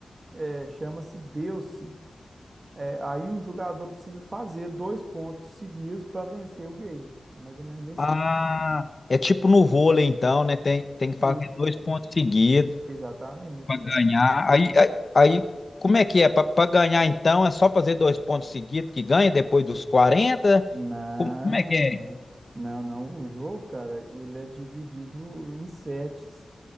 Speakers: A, on the right; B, on the left.
A: é, chama-se deu-se. É, aí um jogador precisa fazer dois pontos seguidos para vencer o game. É mais ou menos assim.
B: Ah, é tipo no vôlei, então, né? Tem, tem que
A: Isso.
B: fazer dois pontos seguidos
A: Exatamente,
B: para ganhar.
A: exatamente.
B: Aí, aí, aí, como é que é? Para ganhar, então, é só fazer dois pontos seguidos que ganha depois dos quarenta
A: Não,
B: Como, como é que é?
A: não. Não, não. O jogo, cara, ele é dividido em sets.